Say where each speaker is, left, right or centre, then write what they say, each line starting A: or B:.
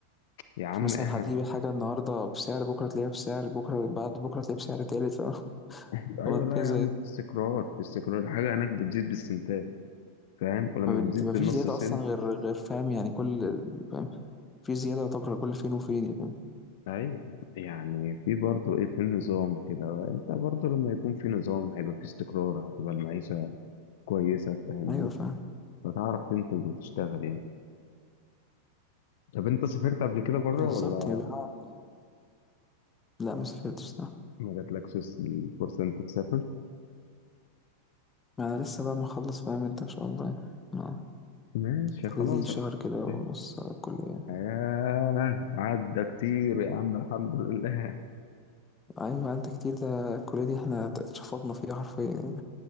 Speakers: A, on the left (about 55°); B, on the left (about 15°).
A: يا عم
B: مثلا
A: احنا
B: هتجيب الحاجة النهاردة بسعر بكرة تلاقيها بسعر بكرة بعد بكرة تلاقيها بسعر تالت فاهم؟
A: <laughs>
B: <laughs> وهكذا
A: ايوه لا يا عم
B: يعني.
A: في استقرار في استقرار الحاجه هناك بتزيد بالسنتات فاهم ولما
B: ما
A: بتزيد
B: بت- ما
A: بالنص
B: فيش زيادة
A: سنت
B: أصلا غير غير فاهم يعني كل فاهم في زيادة يعتبر كل فين وفين يعني.
A: ايوه يعني في برضه ايه في نظام كده انت برضه لما يكون في نظام هيبقى في استقرار هتبقى المعيشه كويسه فاهمني
B: أيوه فاهم
A: فتعرف تنتج وتشتغل يعني طب انت سافرت قبل كده بره
B: بالظبط
A: ولا
B: يبقى نوع ال- لا ما سافرتش لا
A: ما جاتلكش الفرصة انت تسافر
B: ما أنا لسه بقى مخلص فاهم أنت إن شاء الله يعني. آه.
A: ماشي
B: فاضل
A: خلاص
B: لي شهر
A: الحمد
B: كده
A: لله
B: ونص على الكلية يعني.
A: آه عدى كتير يا عم الحمد لله
B: أيوة أنت كتير ده الكلية دي إحنا اتشفطنا فيها حرفيا يعني